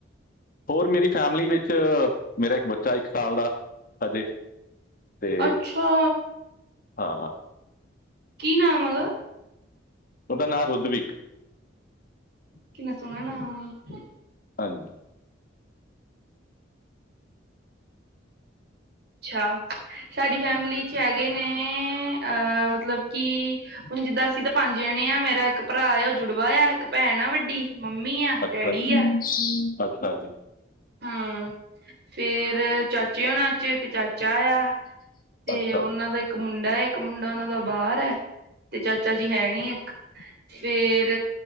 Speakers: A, on the left; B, on the right.
A: ਹੋਰ ਮੇਰੀ ਫੈਮਲੀ ਵਿੱਚ ਮੇਰਾ ਇੱਕ ਬੱਚਾ ਇੱਕ ਸਾਲ ਦਾ ਹਜੇ। ਤੇ
B: ਅੱਛਾ
A: ਹਾਂ
B: ਕੀ ਨਾਮ ਉਦਾ
A: ਉਹਦਾ ਨਾਂ ਰੁਧਵਿਕ
B: ਕਿੰਨਾ ਸੋਹਣਾ ਨਾਮ ਵ
A: ਹਾਂਜੀ
B: ਅੱਛਾ ਸਾਡੀ ਫੈਮਿਲੀ ਚੋ ਹੈਗੇ ਨੇ ਅਹ ਮਤਲਬ ਕਿ ਹੁਣ ਜਿੱਦਾਂ ਅਸੀਂ ਤਾਂ ਪੰਜ ਜਣੇ ਨਿਆ ਮੇਰਾ ਇੱਕ ਭਰਾ ਆ ਉਹ ਜੁੜਵਾ ਆ ਇੱਕ ਭੈਣ ਆ ਵੱਡੀ ਮੰਮੀ ਆ
A: ਅੱਛਾ
B: ਡੈਡੀ
A: ਜੀ ਅੱਛਾ ਜੀ
B: ਹਾ ਫੇਰ ਚਾਚੇ ਹੋਨਾਂ ਚ ਇੱਕ ਚਾਚਾ ਆ ਤੇ
A: ਅੱਛਾ
B: ਉਹਨਾ
A: ਜੀ
B: ਦਾ ਇੱਕ ਮੁੰਡਾ ਹੈ ਇੱਕ ਮੁੰਡਾ ਉਹਨਾਂ ਦਾ ਬਾਹਰ ਹੈ ਤੇ ਚਾਚਾ ਜੀ ਹੈ ਨੀ ਇੱਕ ਫੇਰ